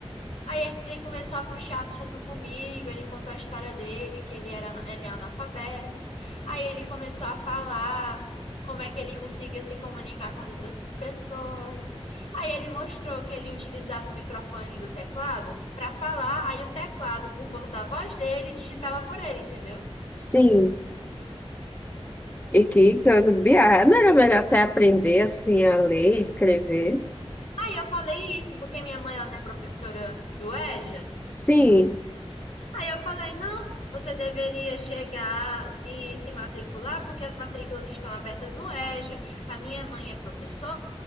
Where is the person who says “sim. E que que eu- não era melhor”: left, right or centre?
Left